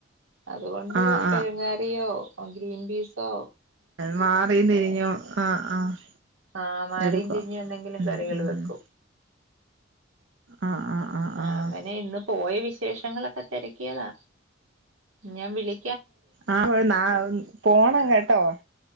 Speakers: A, on the right; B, on the right.
A: അതുകൊണ്ട്
B: ആഹ്
A: കിഴങ്ങാറിയോ ഔ ഗ്രീൻ ബീ സോ
B: മാറിം തിരിഞ്ഞു ആ ആഹ്
A: ആഹ് മാറിം
B: എടുക്കും
A: തിരരിഞ്ഞോന്തെങ്കിലും
B: ഉം
A: കറികൾ
B: ഉം
A: വെക്കൂ
B: ഉം ആഹ് ആഹ്
A: ആ
B: ആഹ്
A: അങ്ങനെ ഇന്ന് പോയ വിശേഷങ്ങളൊക്കെ തെര ക്യെന്നൊ ഞാൻ വിളി
B: ആ ഒ ഉ ന്നാ ഉ പോണം കേട്ടോ